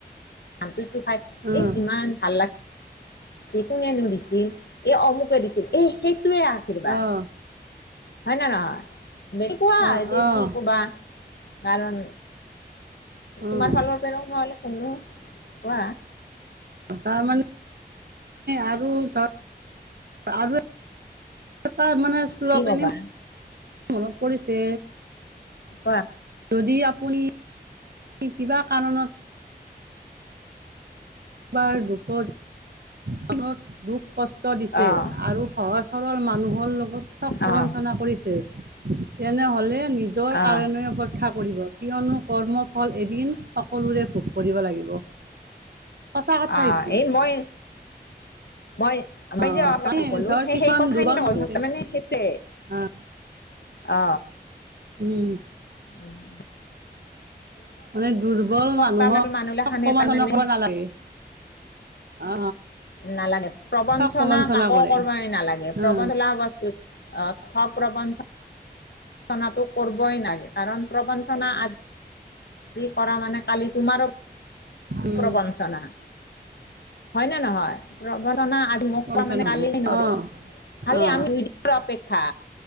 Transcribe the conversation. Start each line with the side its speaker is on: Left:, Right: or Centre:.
Left: ধানটোটো খাই
Right: উম,
Left: এই ইমান ভাল লা কোনেনো দিছিল, এ অমুকে দিছিল, এসেইটোৱে আশীৰ্বাদ।
Right: অ',
Left: হয় নে নহয়, বে কোৱা
Right: অ',
Left: এতি
Right: অ',
Left: কি কবা কাৰণ
Right: অ',
Left: তোমাৰ ফালৰ পৰাও মই অলপ শুনো কোৱা।
Right: তাৰমানে আৰু ধ আৰু এ তাই মানে শ্লোক
Left: কি কবা?
Right: এনে মনত পৰিছে।
Left: কোৱা।
Right: যদি আপুনি কিবা কাৰণত কাৰোবাৰ দুখত মনত দুখ কষ্ট দিছে
Left: অ',
Right: আৰু সহজ সৰল মানুহৰ লগত ঠগ প্ৰৱঞ্চনা
Left: অ',
Right: কৰিছে, তেনেহলে যৰ
Left: অ',
Right: কাৰণে অপেক্ষা কৰিব, কিয়নো কৰ্ম এদিন সকলোৰে ভোগ কৰিব লাগিব। সঁচা কথা
Left: আহ
Right: এইটো
Left: এই মই, মই <unintelligible>
Right: অ মানে
Left: ক'লো
Right: ধৰ
Left: সেই
Right: কিছুমান
Left: কথা
Right: দুৰ্বল
Left: খিনি এ কলো
Right: মানুহ থাকে
Left: তাৰমানে সেইটোয়ে।
Right: অ
Left: অ,
Right: উম,
Left: উম,
Right: মানে দুৰ্বল মানুহক
Left: তাৰমানে
Right: ঠগ
Left: মানুহগিলাখানে
Right: প্ৰৱঞ্চনা
Left: তাৰমানে
Right: কৰিব নালাগে। অ,
Left: নালাগে, প্ৰৱঞ্চনা
Right: ঠগ প্ৰবঞ্চনা
Left: কাকো
Right: কৰে
Left: কৰিবই নালাগে, প্ৰৱঞ্চনা
Right: অ
Left: বস্তুত অ' থগ প্ৰৱঞ্চ, নাটো কৰিবই নালাগে কাৰণ প্ৰৱঞ্চনা আজি যি কৰা মানে, কালি তোমাৰো
Right: উম,
Left: প্ৰবঞ্চনা হয় নে নহয়, প্ৰৱঞ্চনা আজি <unintelligible>
Right: প্ৰবঞ্চনা
Left: মানে কালি
Right: হ'ব
Left: নৰে
Right: অ
Left: খালি
Right: অ
Left: আমি <unintelligible> অপেক্ষা।